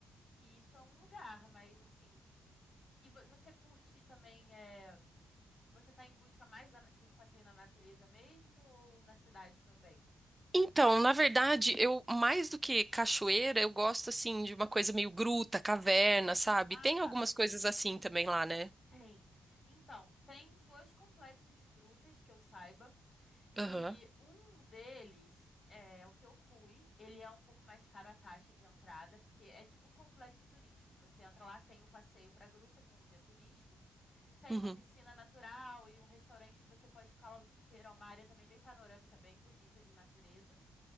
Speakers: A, on the left; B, on the right.
A: E isso é um lugar, mas assim. E vo- você curte também, é, você tá em busca mais da na- de passeio na natureza mesmo ou na cidade também?
B: Então, na verdade, eu mais do que cachoeira, eu gosto assim de uma coisa meio gruta, caverna, sabe?
A: Ah,
B: Tem
A: tá.
B: algumas coisas assim também lá, né?
A: Tem. Então, tem dois complexos de grutas que eu saiba, e
B: Aham.
A: um deles é o que eu fui. Ele é um pouco mais caro a taxa de entrada, porque é tipo um complexo turístico. Você entra lá, tem o passeio pra gruta com um guia turístico, tem
B: Uhum.
A: uma piscina natural e um restaurante, você pode ficar lá o dia inteiro. É uma área também bem panorâmica, bem bonita de natureza.